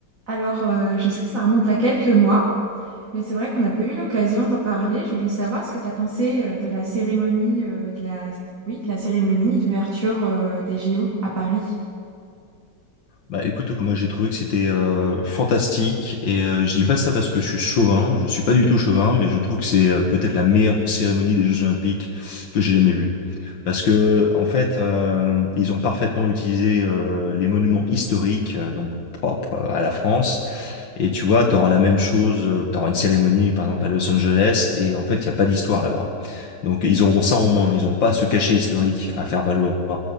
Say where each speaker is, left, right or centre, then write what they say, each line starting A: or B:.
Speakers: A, on the right; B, on the left.
A: Alors, euh, je sais que ça remonte à quelques mois, mais c'est vrai qu'on n'a pas eu l'occasion d'en parler. Je voulais savoir ce que tu as pensé euh, de la cérémonie, euh, de la... Oui, de la cérémonie d'ouverture euh, des JO à Paris.
B: Bah écoute, moi j'ai trouvé que c'était euh, fantastique et euh, je dis pas ça parce que je suis chauvin, je suis pas du tout chauvin, mais je trouve que c'est euh, peut-être la meilleure cérémonie des Jeux Olympiques que j'ai jamais vue. Parce que en fait, euh, ils ont parfaitement utilisé euh, les monuments historiques euh, donc propres euh, à la France et tu vois, t'auras la même chose, euh, t'auras une cérémonie par exemple à Los Angeles et en fait, il y a pas d'histoire là-bas. Donc ils auront ça en moins, ils n'auront pas ce cachet historique à faire valoir.